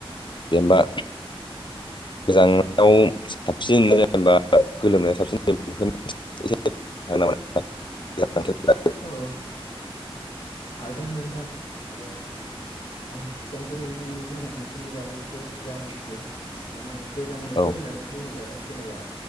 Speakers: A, on the left; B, on the left.
A: जेनेबा। <unintelligible> <unintelligible>
B: औ। हागोन नोंथां र' होनबा आं खिथानोसै नोंथांनि गोजां बोथोरनि बागै एसे जा मिथियो माने गोजां बोथोर
A: औ
B: होननानै बुङोब्लाथ' जेनेबा